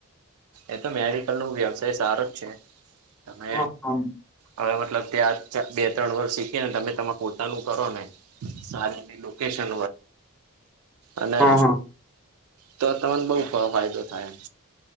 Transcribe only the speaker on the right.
એ તો મેડિકલ નો વ્યવસાય સારો જ છે તમે
હવે મતલબ ત્યાં જ બે ત્રણ વર્ષ શીખીએ ને તમે તમામે પોતાનું કરો ને સારી લોકેશ <unintelligible>
અને
તો તમને બહુ ગણો ફાયદો થાય એમ.